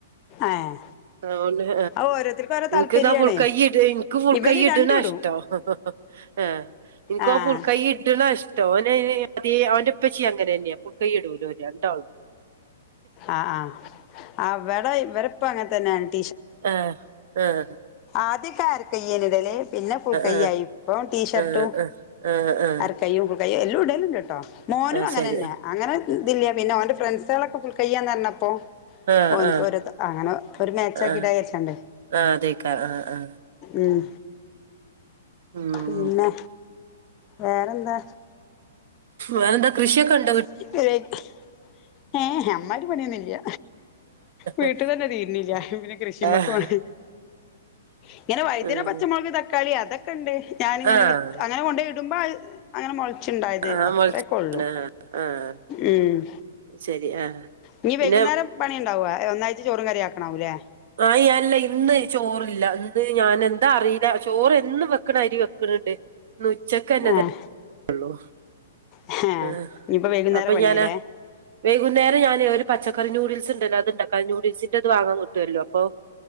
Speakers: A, on the left; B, on the right.
A: ഏഹ്
B: ആ ഓൻഹ
A: അത് ഓരോരുത്തർക്കും ഓരോ താല്പര്യാണ്
B: നിക്ക്ന്നാ ഫുൾ കൈ ഇട്ന്ന നിക്ക് ഫുൾ
A: ഇവന്
B: കൈ ഇടണ്ടണാഷ്ടം
A: രണ്ടും ഇടും
B: ആഅഅ ഏ നിക്കോന്
A: ആഹ്
B: ഫുൾക്കൈ ഇടണാഷ്ട്ടം ഓനെ അതെ അവന്റെ പ്പച്ചി അങ്ങനെ തന്നെയാ ഫുൾക്കൈ ഇടൂലോ രണ്ടാളു
A: ആ ആഹ് ആ വിടെ ഇവരെപ്പ അങ്ങതനന്നെയാ
B: ആഹ് ആഹ്
A: ആദ്യൊക്കെ അരക്കയ്യേന് ഇടല് പിന്നെ ഫുൾകൈയായി
B: ആ
A: ഇപ്പം ടീഷർട്ടും
B: ആ ആ ആ ആ
A: അരക്കയ്യും ഫുൾ കൈയും എല്ലും ഇടല്ണ്ട്ട്ടോ മോനും
B: ആ
A: അങ്ങനെന്നെ
B: ശരി ആ
A: അങ്ങനെ ഇതില്ല പിന്നെ ഒന്റെ ഫ്രണ്ട്സാളൊക്കെ ഫുൾ കൈ കൈയാന്നാറിഞ്ഞപ്പോ
B: ആ
A: ഓനിക്കൊരുത്
B: ആ
A: അങ്ങനെ ഒരു മാച്ചാക്കി
B: ആ
A: ഇടാവിചാരിച്ചാണ്ടേ
B: ആ അതേക്കാ ആ ആ
A: ഉം
B: ഉം
A: പിന്നെ, വേറെന്താ?
B: വെറെന്താ കൃഷിയൊക്കെണ്ട്
A: <unintelligible> ഏഹ് അമ്മാതിരി പണിയൊന്നുല്ല വീട്ടുതന്നെ
B: ആ
A: തീരുന്നില്ല പിന്നെ കൃഷിമ്മക്കോണെ
B: ആഹ്
A: ഇങ്ങനെ വഴുതിന,
B: ആഹ്
A: പച്ചമൊളക്, തക്കാളി അതൊക്ക് ഞാനിങ്ങനെ
B: ആഹ്
A: വിത്ത് അങ്ങനെ കൊണ്ടോയിടുമ്പോ അങ്ങനെ മൊളച്ച്ണ്ടായത്
B: ആഹ്
A: അത്രേക്കൊള്ളു
B: മൊളച്ച് ആഹ് ആഹ്
A: ഉം
B: ശരി ആഹ്
A: ഇനി
B: പിന്നെ
A: വൈകുന്നേരം പണി ഇണ്ടാവോ? ഏ ഒന്നായിറ്റ് ചോറും, കറിയൂ ആക്കണാവൂല്ലേ?
B: ആഹ് ഞാനല്ല ഇന്ന് ചോറില്ല ഇന്ന് ഞാനെന്താ അറിയില്ല ചോറ് എന്നും വെക്കണാരി വെക്കണണ്ട് ഇന്ന് ഉച്ചക്കന്നെ
A: ആഹ്
B: തെ ഉള്ളൂ
A: ഹേ
B: ആഹ്
A: ഇനിയിപ്പോ വൈകുന്നേരം
B: അപ്പൊ
A: പണിയല്ലേ
B: ഞാനാ വൈകുന്നേരം ഞാന് ഒരു പച്ചക്കറി നൂഡിൽസ് ഇണ്ടല്ലോ അത്ണ്ടാക്കാ നൂഡിൽസിന്റെ അത് വാങ്ങാൻ കിട്ടല്ലോ അപ്പൊ